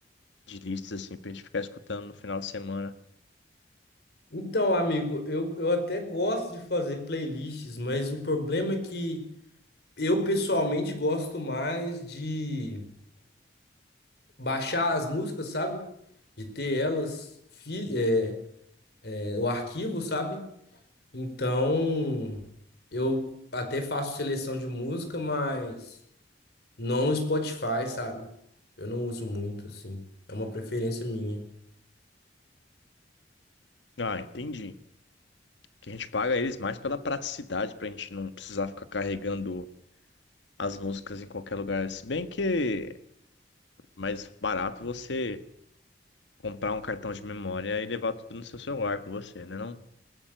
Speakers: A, on the left; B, on the left.
A: de listas assim pra gente ficar escutando no final de semana.
B: Então, amigo, eu, eu até gosto de fazer playlists, mas o problema é que eu pessoalmente gosto mais de baixar as músicas, sabe? De ter elas, fi- é, é, o arquivo, sabe? Então, eu até faço seleção de música, mas não no Spotify, sabe? Eu não uso muito, assim. É uma preferência minha.
A: Ah, entendi. Que a gente paga eles mais pela praticidade, pra gente não precisar ficar carregando as músicas em qualquer lugar. Se bem que é mais barato você comprar um cartão de memória e levar tudo no seu celular com você, né não?